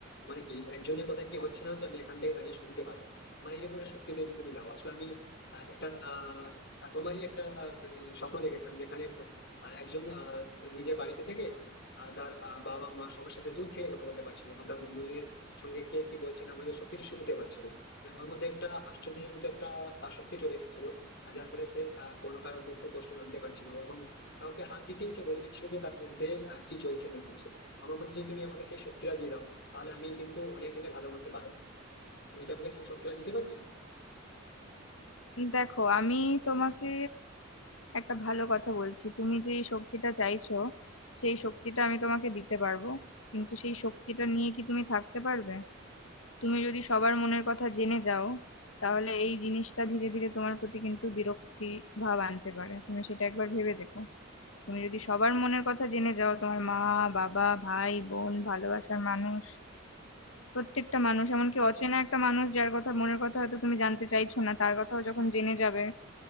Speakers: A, on the left (about 55°); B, on the left (about 75°).
A: মানে কি একজনের কথা কি হচ্ছে না হচ্ছে আমি এখান থেকে দাঁড়িয়ে শুনতে পারবো মানে এরকম একটা শক্তি যদি তুমি দাও আসলে আমি আহ, একটা আহ, তোমারই একটা আহ, স্বপ্ন দেখেছিলাম যেখানে আহ, একজন আহ, মানে নিজের বাড়িতে থেকে আহ, তার আহ, বাবা মা সবার সাথে দূর থেকে কথা বলতে পারছিল এবং তার বন্ধুদের সঙ্গে কে কি বলছে না বলছে সবকিছু শুনতে পারছিল মানে ওর মধ্যে একটা আশ্চর্যজনক একটা আহ, শক্তি চলে এসেছিল আর যার ফলে সে আহ, কোনো কারোর দুঃখ কষ্ট জানতে পারছিল না, এবং কাউকে হাত দিতেই সে বলে দিচ্ছিল যে তার মধ্যে আহ, কি চলছে না চলছে আমার মধ্যে যদি তুমি আমাকে সেই শক্তিটা দিয়ে দাও তাহলে আমি কিন্তু অনেকজনে ভালো করতে পারবো তুমি কি আমাকে সেই শক্তিটা দিতে পারবে
B: দেখো আমি তোমাকে একটা ভালো কথা বলছি তুমি যে এই শক্তিটা চাইছো সেই শক্তিটা আমি তোমাকে দিতে পারবো কিন্তু সেই শক্তিটা নিয়ে কি তুমি থাকতে পারবে তুমি যদি সবার মনের কথা জেনে যাও তাহলে এই জিনিসটা ধীরে ধীরে তোমার প্রতি কিন্তু বিরক্তি ভাব আনতে পারে তুমি সেটা একবার ভেবে দেখো তুমি যদি সবার মনের কথা জেনে যাও তোমার মা বাবা ভাই বোন ভালোবাসার মানুষ প্রত্যেকটা মানুষ এমনকি অচেনা একটা মানুষ যার কথা মনের কথা হয়তো তুমি জানতে চাইছো না তার কথাও যখন জেনে যাবে